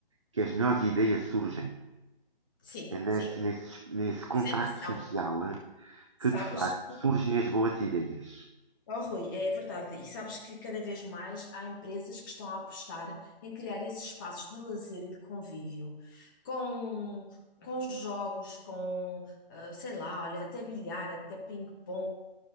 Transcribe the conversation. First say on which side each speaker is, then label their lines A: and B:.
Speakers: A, on the right; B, on the left.
A: que as melhores ideias surgem.
B: Sim,
A: É nesse,
B: sim.
A: nesse, nesse contacto
B: Sem pressão.
A: social eh,
B: Sabes?
A: que, de facto, surgem as boas ideias.
B: Oh, Rui, é verdade. E sabes que cada vez mais há empresas que estão a apostar em criar esses espaços de lazer e de convívio, com, com jogos, com, ah, sei lá, olha, até bilhar, até ping-pong,